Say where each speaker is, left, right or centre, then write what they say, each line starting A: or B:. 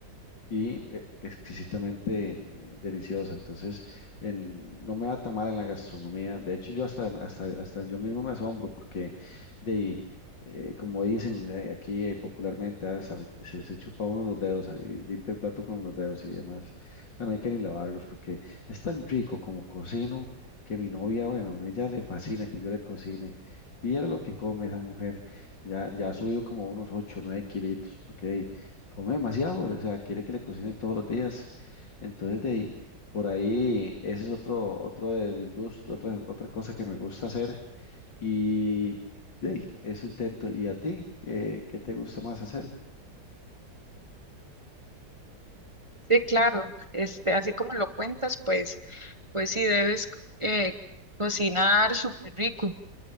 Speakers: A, on the left; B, on the right.
A: y eh, exquisitamente eh, deliciosa. Entonces, en- no me va a tomar en la gastronomía. De hecho, yo hasta, hasta, hasta yo mismo me asombro porque de, eh, como dicen eh, aquí eh, popularmente, hasta me- se, se chupa uno los dedos ah, y limpia el plato con los dedos y demás. O no hay que ni lavarlos porque es tan rico como cocino que mi novia, bueno, ella le fascina que yo le cocine. Viera lo que come esa mujer. Ya, ya ha subido como unos 8 o 9 kilitos, porque come demasiado, o sea, quiere que le cocine todos los días. Entonces, de ahí, por ahí, ese es otro, otro de mis gustos, otra, otra cosa que me gusta hacer. Y de ahí, eso intento. ¿Y a ti? Eh, ¿qué te gusta más hacer?
B: Sí, claro, este, así como lo cuentas, pues Pues sí, debes eh, cocinar súper rico.